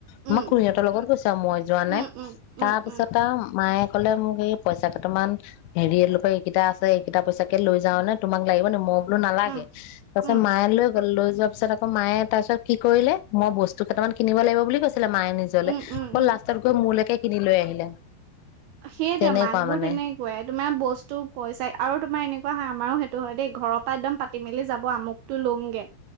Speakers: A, on the right; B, on the left.
A: উম,
B: আমাক খুৰীহঁতৰ লগত গৈছে আৰু মই যোৱা
A: উম,
B: নাই
A: উম, উম,
B: তাৰ পিছত
A: উম,
B: আৰু মায়ে কলে মোক এই পইচা কেইটামান হেৰি লোকে এইকেইটা আছে এইকেইটা পইচাকে লৈ যাও নে তোমাক লাগিব নে মই নালাগে
A: উম,
B: তাৰ পাছত
A: উম,
B: মায়ে লৈ লৈ যোৱা পিছত আকৌ মায়ে তাৰ পিছত কি কৰিলে মই বস্তু কেইটামান কিনিব লাগিব বুলি কৈছিলো ছিল মায়ে নিজলে
A: উম,
B: অ
A: উম, উম।
B: লাষ্টত গৈ মোৰলৈকে কিনি লৈ আহিলে
A: সেইটো
B: তেনেকুৱা
A: মাক বোৰ
B: মানে
A: তেনেকুৱাই তোমাৰ বস্তু পইচা আৰু তোমাৰ এনেকুৱা হয় আমাৰো সেই হয় দেই ঘৰৰ পৰা এক্দম পাতি মেলি যাব আমুকতটো লমগে